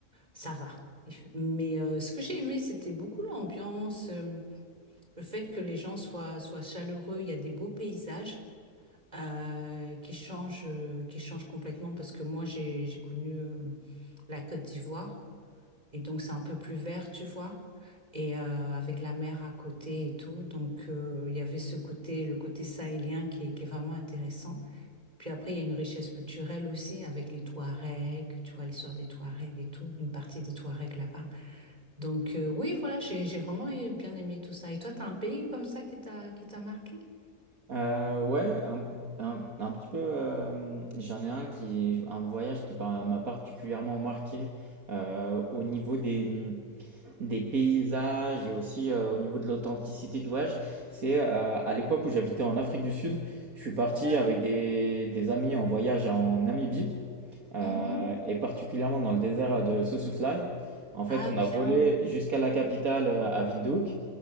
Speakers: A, on the right (about 25°); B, on the right (about 65°).
A: Ça va. Il fait- Mais euh, ce que j'ai aimé, c'était beaucoup l'ambiance, euh, le fait que les gens soient, soient chaleureux. Il y a des beaux paysages euh, qui changent, euh, qui changent complètement parce que moi, j'ai, j'ai connu euh, la Côte d'Ivoire et donc c'est un peu plus vert, tu vois, et euh, avec la mer à côté et tout. Donc, euh, il y avait ce côté, le côté sahélien qui est qui est vraiment intéressant. Puis après, il y a une richesse culturelle aussi avec les Touaregs, tu vois l'histoire des Touaregs et tout, une partie des Touaregs là-bas. Donc euh, oui, voilà, j'ai j'ai vraiment eu- bien aimé tout ça. Et toi, t'as un pays comme ça qui t'a qui t'a marqué?
B: Heu, ouais, un un un petit peu, hem, j'en ai un qui un voyage qui par m'a particulièrement marqué, heu, au niveau des, mmh, des paysages et aussi, heu, au niveau de l'authenticité du voyage. C'est, heu, à l'époque où j'habitais en Afrique du Sud, je suis parti
A: Bien.
B: avec des des amis en voyage en Namibie, heu
A: Mhm.
B: et particulièrement dans le désert de Sossusvlei. En fait,
A: Ah
B: on
A: bien,
B: a volé jusqu'à la capitale, heu, à Windhoek